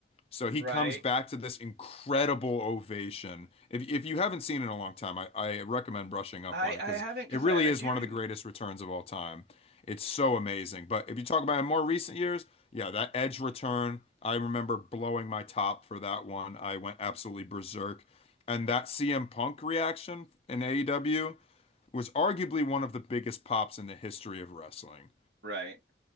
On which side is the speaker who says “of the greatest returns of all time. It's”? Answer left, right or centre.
Left